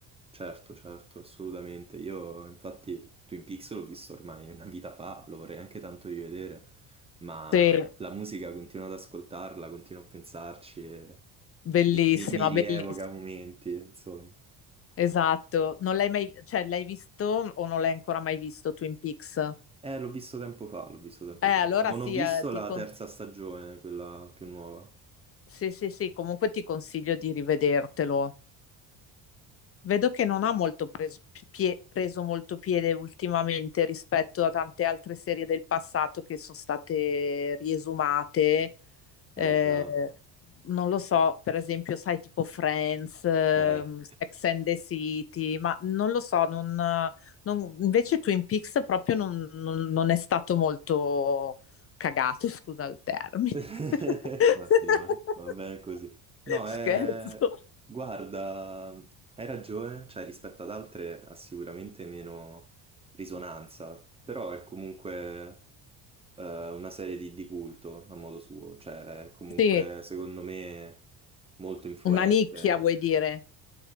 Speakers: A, on the right; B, on the left.
A: Certo, certo, assolutamente. Io infatti Twin Peaks l'ho visto ormai una vita fa, lo vorrei anche tanto rivedere, ma
B: Sì,
A: la musica continuo ad ascoltarla, continuo a pensarci e
B: Bellissima,
A: mi, mi- mi rievoca
B: belliss
A: momenti, insomma.
B: esatto. Non l'hai mai cioè l'hai visto o non l'hai ancora mai visto Twin Peaks?
A: Eh, l'ho visto tempo fa, l'ho visto tempo
B: Eh, allora
A: fa. Non
B: sì,
A: ho visto
B: eh, ti
A: la
B: co-
A: terza stagione, quella più nuova.
B: sì, sì, sì, comunque ti consiglio di rivedertelo. Vedo che non ha molto pres- pie- preso molto piede ultimamente rispetto a tante altre serie del passato che sono state riesumate. Eh,
A: Eh già,
B: non lo so, per esempio, sai, tipo Friends, ehm,
A: <laughs> eh.
B: Sex and the City, ma non lo so, non, non- invece Twin Peaks proprio non, non- non è stato molto cagato, <laughs> scusa il termine.
A: <laughs>
B: <laughs>
A: Ma sì, ma va bene così. No, eh,
B: Scherzo.
A: guarda, hai ragione, cioè rispetto ad altre ha sicuramente meno risonanza, però è comunque eh, una serie di, di culto a modo suo, cioè è comunque
B: Sì,
A: secondo me molto influente
B: una nicchia vuoi dire?